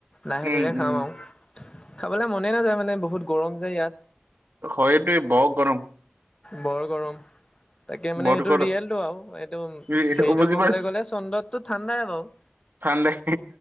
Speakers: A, on the left; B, on the right.
A: লাহে,
B: উম
A: ধীৰে খাম
B: উম
A: আৰু। খাবলৈ মনে নাযায়, মানে বহুত গৰম যে ইয়াত।
B: হয় দে বৰ গৰম।
A: বৰ গৰম, তাকে মানে
B: বৰ
A: এইটো
B: গৰম
A: ৰিয়েল টো আৰু, এইটো
B: ই-
A: হেৰিতটো
B: বুজি
A: কবলৈ গ'লে চন্দ্ৰতটো ঠাণ্ডাই বাৰু
B: ঠাণ্ডাই